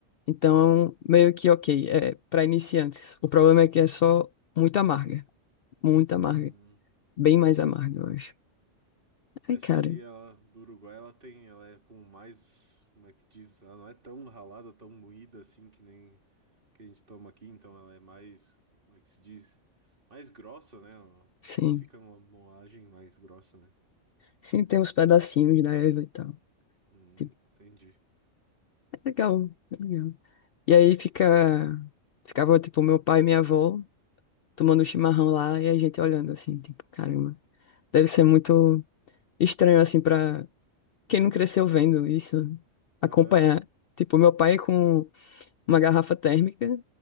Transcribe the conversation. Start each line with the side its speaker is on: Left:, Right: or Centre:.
Left: Então, meio que ok, é para iniciantes. O problema é que é só muito amarga, muito amarga,
Right: Hum.
Left: bem mais amarga, eu acho. Ai,
Right: Essa
Left: cara,
Right: ali, ela, do Uruguai, ela tem, ela é como mais, como é que diz? Ela não é tão ralada, tão moída assim que nem que a gente toma aqui, então ela é mais, como é que se diz? Mais grossa, né?
Left: sim.
Right: Ela fica numa moagem mais grossa, né?
Left: Sim, tem uns pedacinhos da Eva e tal.
Right: Hum,
Left: Tipo,
Right: entendi.
Left: é legal, é legal. E aí fica, ficava tipo meu pai e minha avó tomando chimarrão lá e a gente olhando assim, tipo, caramba. Deve ser muito estranho assim pra quem não cresceu vendo isso, acompanhar.
Right: Aham.
Left: Tipo, meu pai com uma garrafa térmica,